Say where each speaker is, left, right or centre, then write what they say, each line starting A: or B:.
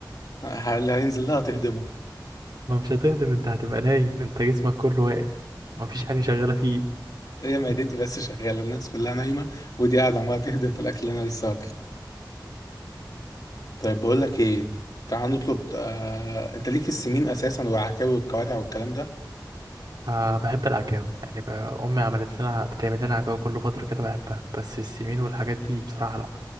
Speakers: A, on the left; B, on the right.
A: اللي هينزل لها تهدمه
B: ما مش هتهدم انت هتبقى نايم انت جسمك كله واقف ما فيش حاجة شغالة فيه
A: هي معدتي
B: <laughs>
A: بس شغاله الناس كلها نايمه ودي قاعده عماله تهدم في الاكل اللي انا لسه واكله طيب بقول لك ايه تعال نطلب آه... انت ليك في السمين اساسا والعكاوي والكوارع والكلام ده
B: أه بحب العكاوي يعني ب- أمي عملت لنا بتعمل لنا عكاوي كل فترة كده بحبها بس السمين والحاجات دي بصراحة لأ